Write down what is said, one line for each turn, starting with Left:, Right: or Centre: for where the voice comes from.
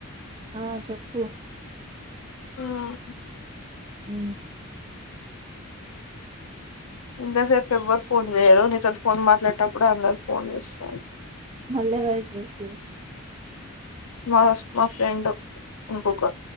Right: ఆ చెప్పు
Left: ఉమ్,
Right: ఉమ్మ్
Left: ఇంతసేపు ఎవ్వరు ఫోన్ చేయరు నీతోటి ఫోన్ మాట్లాడేటప్పుడు అందరు ఫోన్ చేస్తారు
Right: ళ్ల ఎవరు చేసిరు
Left: మా ఫస్ట్ మా ఫ్రెండ్ ఇంకొక